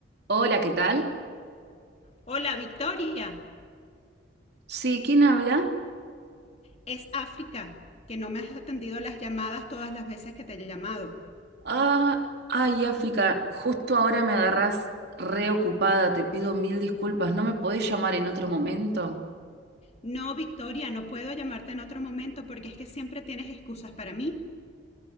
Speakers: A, on the right; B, on the left.
A: Hola, ¿qué tal?
B: Hola, Victoria.
A: Sí, ¿quién habla?
B: Es África, que no me has atendido las llamadas todas las veces que te he llamado.
A: Ah, ay, África, justo ahora me agarrás reocupada, te pido mil disculpas, ¿no me podés llamar en otro momento?
B: No, Victoria, no puedo llamarte en otro momento porque es que siempre tienes excusas para mí.